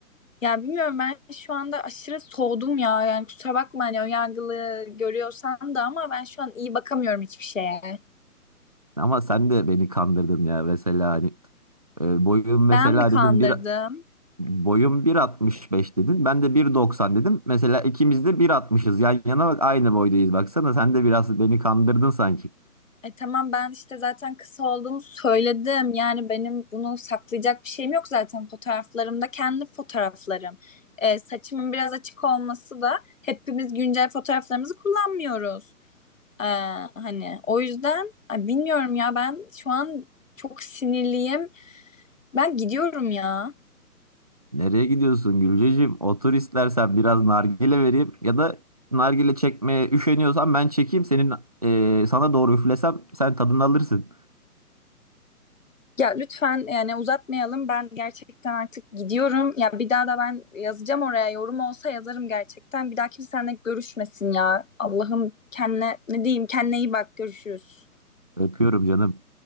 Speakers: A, on the left; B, on the right.
A: ya bilmiyorum ben şu anda aşırı soğudum ya yani kusura bakma hani önyargılı görüyorsan da ama ben şu an iyi bakamıyorum hiçbir şeye.
B: Ama sen de beni kandırdın ya mesela hani e, boyum mesela
A: Ben mi kandırdım?
B: dedim bir boyum 1.65 dedin ben de 1.90 dedim. Mesela ikimiz de 1.60'ız yan yana bak aynı boydayız baksana sen de biraz beni kandırdın sanki.
A: E tamam ben işte zaten kısa olduğumu söyledim. Yani benim bunu saklayacak bir şeyim yok zaten. Fotoğraflarımda kendi fotoğraflarım. E, saçımın biraz açık olması da hepimiz güncel fotoğraflarımızı kullanmıyoruz. E, hani o yüzden ay, bilmiyorum ya ben şu an çok sinirliyim. Ben gidiyorum ya.
B: Nereye gidiyorsun Gülceciğim? Otur istersen biraz nargile vereyim ya da nargile çekmeye üşeniyorsan ben çekeyim senin e, sana doğru üflesem sen tadını alırsın.
A: Ya lütfen yani uzatmayalım. Ben gerçekten artık gidiyorum. Ya bir daha da ben yazacağım oraya. Yorum olsa yazarım gerçekten. Bir daha kimse seninle görüşmesin ya. Allah'ım kendine ne diyeyim? Kendine iyi bak. Görüşürüz.
B: Öpüyorum canım.